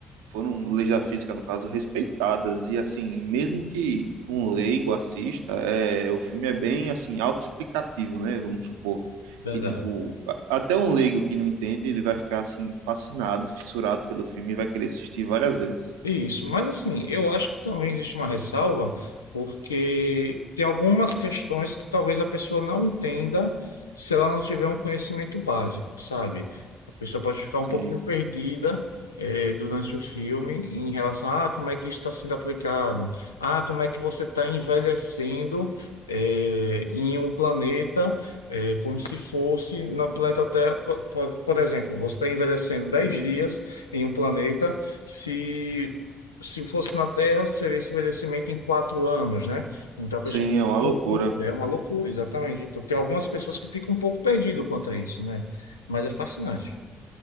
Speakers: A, on the right; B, on the left.
A: foram leis da física, no caso, respeitadas. E, assim, mesmo que um leigo assista, é, o filme é bem, assim, autoexplicativo, né? Vamos supor.
B: Verdade.
A: E, tipo, a- até um leigo que não entende, ele vai ficar, assim, fascinado, fissurado pelo filme e vai querer assistir várias vezes.
B: Isso, mas assim, eu acho que também existe uma ressalva, porque tem algumas questões que talvez a pessoa não entenda se ela não tiver um conhecimento básico, sabe? A pessoa pode ficar um
A: Sim,
B: pouquinho perdida, eh, durante o filme em relação a ah, como é que isso está sendo aplicado, ah, como é que você está envelhecendo, eh, em um planeta, eh, como se fosse na planeta Terra, por, por por exemplo, você está envelhecendo 10 dias em um planeta. Se se fosse na Terra, seria esse envelhecimento em quatro anos, né? Então a pessoa
A: sim,
B: fica
A: é uma loucura.
B: um pouco conf- é uma loucura, exatamente. Então, tem algumas pessoas que ficam um pouco perdidas quanto a isso, né? Mas é fascinante.